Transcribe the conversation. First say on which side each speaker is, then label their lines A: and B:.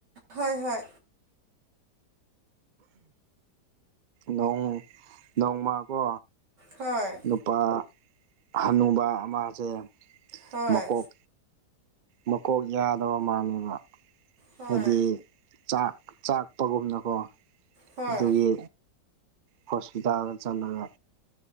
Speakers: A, on the right; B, on the right.
A: ꯍꯣꯏ ꯍꯣꯏ
B: ꯅꯣꯡ ꯅꯣꯡꯃꯀꯣ
A: ꯍꯣꯏ
B: ꯅꯨꯄꯥ ꯍꯅꯨꯕ ꯑꯃꯁꯦ
A: ꯍꯣꯏ
B: ꯃꯀꯣꯛ ꯃꯀꯣꯛ ꯌꯥꯗꯕ ꯃꯥꯜꯂꯦꯕ
A: ꯍꯣꯏ
B: ꯍꯥꯏꯗꯤ ꯆꯥꯛ ꯆꯥꯛꯄꯒꯨꯝꯅꯀꯣ
A: ꯍꯣꯏ
B: ꯑꯗꯨꯒꯤ ꯍꯣꯁꯄꯤꯇꯥꯜꯗ ꯆꯠꯂꯒ